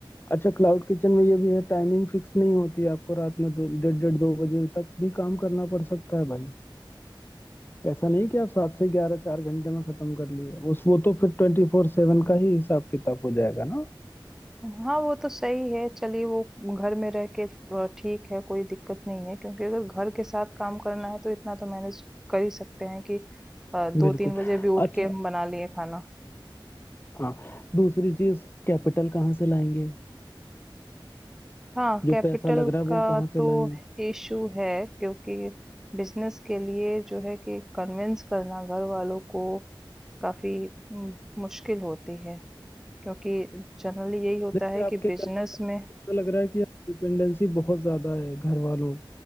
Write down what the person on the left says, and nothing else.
अच्छा क्लाउड किचन में ये भी है टाइमिंग फिक्स नहीं होती है आपको रात में दो डेढ़ डेढ़ दो बजे तक भी काम करना पड़ सकता है भाई ऐसा नहीं कि आप सात से ग्यारह चार घंटे में खत्म कर लिए उस वो तो फिर ट्वेंटी फोर सेवन का ही हिसाब किताब हो जाएगा ना
बिल्कुल
अच्छा
हाँ दूसरी चीज कैपिटल कहाँ से लाएंगे
जो
पैसा लग रहा है
वो कहाँ से
लाएंगे
देखिए
आपके
कन्वर्सेशन
से ऐसा लग रहा है कि डिपेंडेंसी बहुत ज्यादा है घर वालों